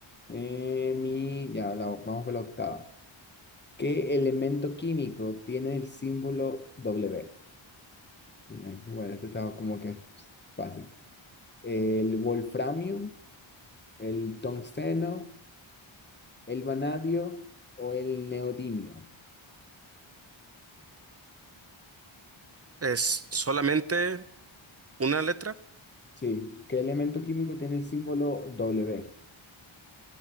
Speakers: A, on the left (about 20°); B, on the right (about 30°).
A: eh, mi, ya, la- vamos con la octava. ¿Qué elemento químico tiene el símbolo W? Eh, Bueno, este estaba como que fácil. ¿El wolframio, el tungsteno, el vanadio o el neodimio?
B: Es solamente una letra.
A: Sí, ¿qué elemento químico tiene el símbolo W?